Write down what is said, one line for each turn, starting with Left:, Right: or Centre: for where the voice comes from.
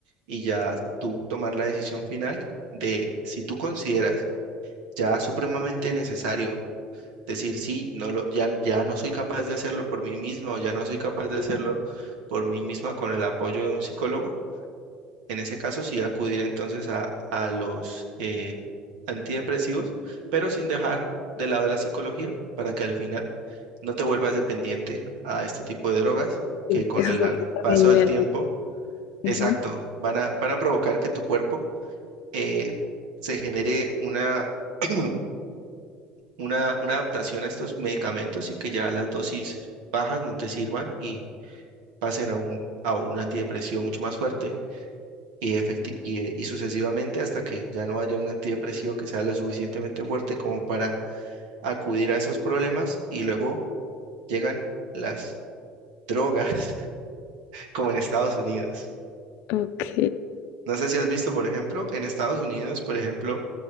Right: y ya tú tomar la decisión final de si tú consideras ya supremamente necesario decir sí, no lo, ya, ya no soy capaz de hacerlo por mí misma o ya no soy capaz de hacerlo por mí misma con el apoyo de un psicólogo en ese caso sí acudir entonces a, a los eh, antidepresivos, pero sin dejar de lado la psicología para que al final no te vuelvas dependiente a este tipo de drogas
Left: Sí,
Right: que con
Left: Eso
Right: el
Left: es lo
Right: a-
Left: que también
Right: paso del
Left: me ha...
Right: tiempo, exacto,
Left: Ujú,
Right: van a, van a provocar que tu cuerpo eh, se genere una, <clears throat> una, una adaptación a estos medicamentos y que ya las dosis bajas no te sirvan y pasen a un, a un antidepresivo mucho más fuerte y, efecti- y, eh, y sucesivamente hasta que ya no haya un antidepresivo que sea lo suficientemente fuerte como para acudir a esos problemas y luego llegan las drogas, <laughs> como en Estados Unidos.
Left: Ok.
Right: No sé si has visto, por ejemplo, en Estados Unidos, por ejemplo,